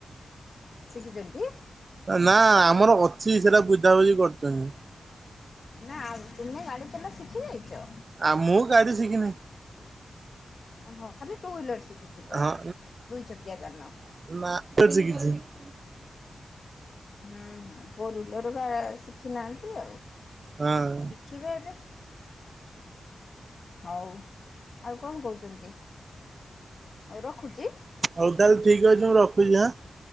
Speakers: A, on the left; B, on the right.
A: ଶିକିଚନ୍ତି।
B: ନା ଆମର ଅଛି ସେରାବୁଝାବୁଝି କରୁଚନ୍ତି।
A: ନା ତୁମେ ଗାଡ଼ି ଚଲା ଶିଖି ଯାଇଚ।
B: ଆ ମୁ ମୁଁ ଗାଡିି ସିକିନେଇ।
A: ହୋ ଖାଲି ଟୁ ଇଲର ଶିଖିଥିବ
B: ହଁ
A: ଦୁଇ ଚକିଆ ଯାନ।
B: <unintelligible>
A: ହୁଁ ହୁଁ ଫୋର୍ୱିଲର ଗା ଶିଖି ନାହାନ୍ତି ଆଉ।
B: ହଁ।
A: ଶିଖିବେ ଏବେ ହଉ ଆଉ କଣ କହୁଚନ୍ତି ରଖୁଚି।
B: ହଉ ତାହେଲେ ଠିକ୍ ଅଛି ମୁଁ ରଖୁଚି ଆଁ।